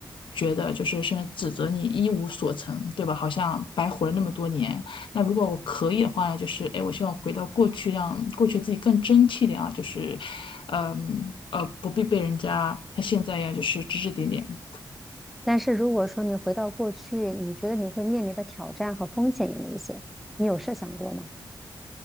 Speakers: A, on the left; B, in the centre.
A: 觉得就是甚至指责你一无所成，对吧？好像白活了那么多年。那如果我可以的话呢，就是哎，我希望回到过去，让过去自己更争气一点啊，就是，嗯呃，不必被人家像现在一样就是指指点点。
B: 但是如果说你回到过去，你觉得你会面临的挑战和风险有哪些？你有设想过吗？